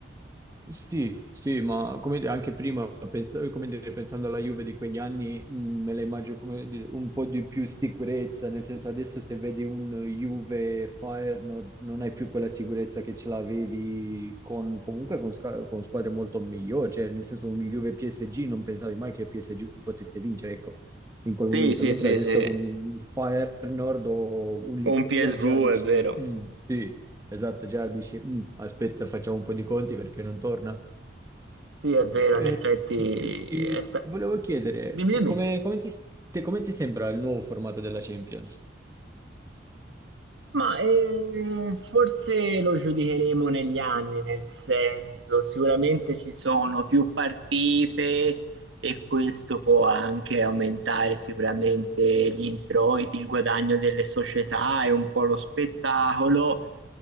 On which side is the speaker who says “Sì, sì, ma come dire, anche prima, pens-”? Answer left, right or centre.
Right